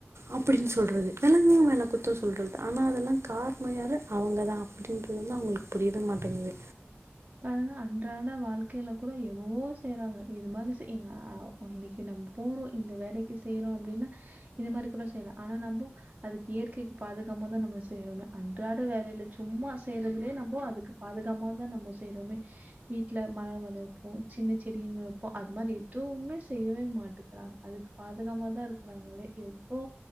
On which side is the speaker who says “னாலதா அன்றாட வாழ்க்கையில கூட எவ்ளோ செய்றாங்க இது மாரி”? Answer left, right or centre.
Right